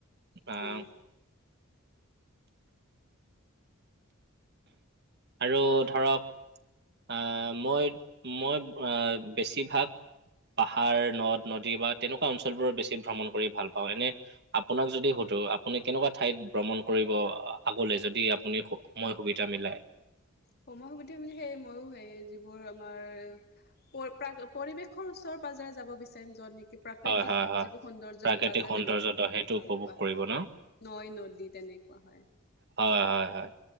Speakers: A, on the right (about 55°); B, on the left (about 50°).
A: আহ
B: কিয় এই?
A: আৰু ধৰক, - আ মই মই আ বেছিভাগ- পাহাৰ, নদ নদী বা তেনেকুৱা অঞ্চলবোৰত বেছি ভ্ৰমণ কৰি ভাল পাওঁ, এনেই- আপোনাক যদি সুধো আপুনি কেনেকুৱা ঠাইত ভ্ৰমণ কৰিব আগলৈ যদি আপুনি- সময় সুবিধা মিলাই।
B: সময় সুবিধা মিলি সেই ময়ো সেই যিবোৰ আমাৰ পৰ প্ৰাক পৰিৱেশৰ ওচৰ পাজৰে যাব বিচাৰিম যত নি কি প্ৰাকৃতিক
A: হয়, হয়, হয়।
B: যিবোৰ সৌন্দৰ্য
A: প্ৰাকৃতিক
B: পোৱা যায়
A: সৌন্দৰ্য্যটো
B: যেনেকে
A: সেইটো উপভোগ
B: গছ পাহাৰ
A: কৰিব ন?
B: নৈ নদী তেনেকুৱা হয়।
A: হয় হয় হয়।